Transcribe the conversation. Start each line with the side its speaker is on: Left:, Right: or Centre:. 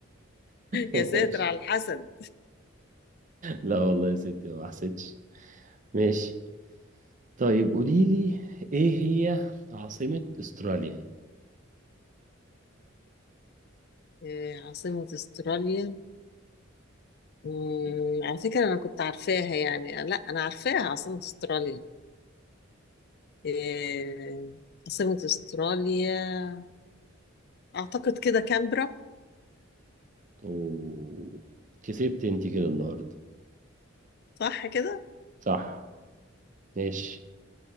Right: ماشي
Left: يا ساتر على الحسد
Right: لا والله يا ستي ما حسيتش ماشي طيب قولي لي ايه هي عاصمة استراليا
Left: آه عاصمة استراليا مم،
Right: طيب.
Left: على فكرة انا كنت عارفاها يعني لا انا عارفاها عاصمة استراليا آه عاصمة استراليا اعتقد كده كامبرا
Right: اوه كسبت انت كده النهارده
Left: صح كده
Right: صح ماشي